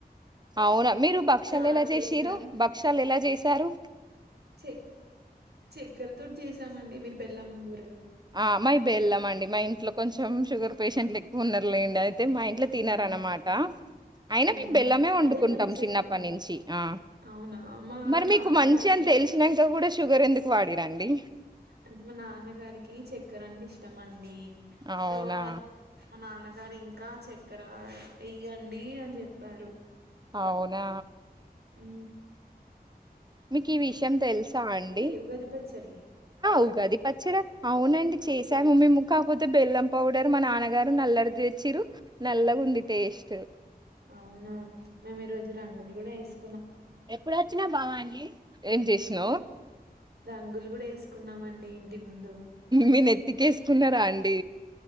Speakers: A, on the right; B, on the right.
A: అవునా మీరు భక్షాలు
B: చారు
A: ఎలా చేసిరు
B: చేసాం
A: భక్షలు ఎలా చేసి తారు
B: చె చక్కర తోటి చేసామండి మీరు బేళ్ళంబూ
A: ఆ మై బెళ్ళం అండి మా ఇంట్లో కొంచెం షుగర్ పేషెంట్లు ఎక్కువు ఉన్నారులే లేండి అది అ మా ఇంట్లో
B: అవునా
A: తినారనమాట అయిన
B: అవునా
A: మేము బెల్లమే వండుకుంటాం
B: అదే మంచిదిలేండి
A: చిన్నప్పటి నుంచి ఆ
B: అవునా మా
A: మరి
B: నాన్నగారికి
A: మీకు మంచి అని తెలిసినాక కూడా షుగర్ ఎందుకు వాడిరాండి
B: అంటే మా నాన్నగారికి చక్కెర అంటే ఇష్టం అండి
A: అవునా
B: సో అ నాన్న దరిం కా చక్కర ఇయ్యండి అని చెప్పారు
A: అవునా
B: ఉ
A: మీకు ఈ విషయం తెలుసా అండి
B: ఉగాది పచ్చడి
A: ఉగాది పచ్చడి అవునండి చేసాము మేము కాకపోతే బెల్లం పౌడర్ మా నాన్నగారు నల్లడిచ్చరు నల్లగా ఉంది టేస్ట్
B: అవునా మేము ఈ రోజు రంగులు కూడా వేసి
A: ఎప్పుడుొచ్చినా బవానీ ఏం చేసిన
B: రంగులు కూడా వేసుకున్నామండి ముందు
A: మీ నెతికేస్ కున్నారా అండి